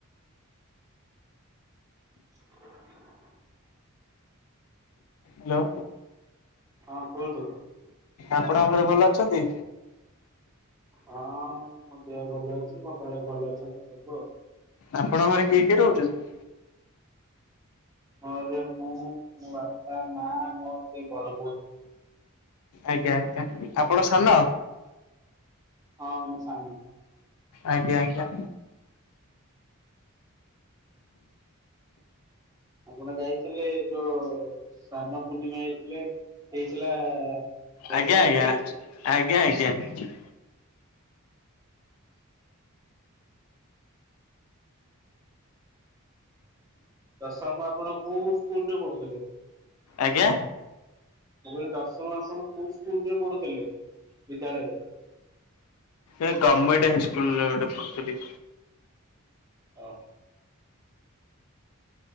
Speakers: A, on the right (about 15°); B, on the left (about 90°).
A: <unintelligible>
B: ହ୍ୟାଲୋ।
A: ହଁ କୁହନ୍ତୁ?
B: ଆପଣଙ୍କ ଘରେ ଭଲ ଅଛନ୍ତି?
A: ହଁ ମୋ ଦେହ ଭଲ ଅଛି। ମୋ ଘରେ ଭଲ ଅଛନ୍ତି ସବୁ ଆଉ,
B: ଆପଣଙ୍କ ଘରେ କିଏ କିଏ ରହୁଚନ୍ତି?
A: ମୋରେ ମୁଁ, ମୋ ବାପା, ମା, ମୋ ସେ <unintelligible>
B: ଆଜ୍ଞା, ଆଜ୍ଞା ଆପଣ ସାନ?
A: ହଁଁ ମୁଁ ସାନ।
B: ଆଜ୍ଞା, ଆଜ୍ଞା।
A: ଆପଣ ଯାଇଥିଲେ ଯୋଉ ସ୍ନାନ ପୂର୍ଣ୍ଣିମା ହେଇଥିଲେ ହେଇଥିଲା ଯାଇଥିଲେ
B: ଆଜ୍ଞା,
A: ଦେଖିବାକୁ
B: ଆଜ୍ଞା, ଆଜ୍ଞା, ଆଜ୍ଞା।
A: ଦଶମ ଆପଣ କୋଉ ସ୍କୁଲ ରେ ପଢୁଥିଲେ?
B: ଆଜ୍ଞା।
A: ମୁଁ କହିଲି ଦଶମ ଆପଣ କୋଉ ସ୍କୁଲରେ ପଢୁଥିଲେ, ବିଦ୍ୟାଳୟରେ?
B: ଏ ଗମେଟ ହାଇସ୍କୁଲ୍ ରେ ଗୋଟେ ପଢ଼ୁଥିଲି।
A: ଓ।